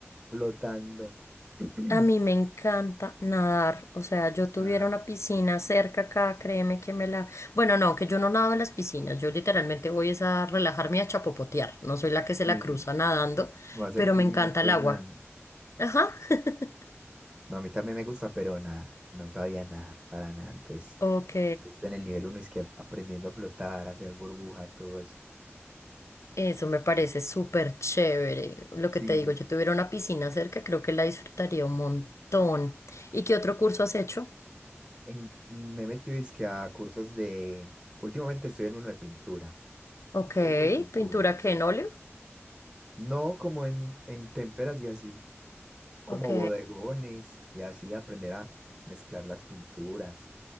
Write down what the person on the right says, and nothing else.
flotando. <clears throat>
Ajá,
sí,
No hacer
piscinas,
pues
nada. n-
No, a mí también me gusta, pero nada, no sabía nadar para nada. Entonces,
ahí estoy en el nivel uno es que aprendiendo a flotar, a hacer burbuja, todo eso.
Sí,
Sí,
en, me he metido es que a cursos de, últimamente estoy en uno de pintura,
dibujo y pintura.
No como en, en témperas y así, como
bodegones y así aprender a mezclar las pinturas.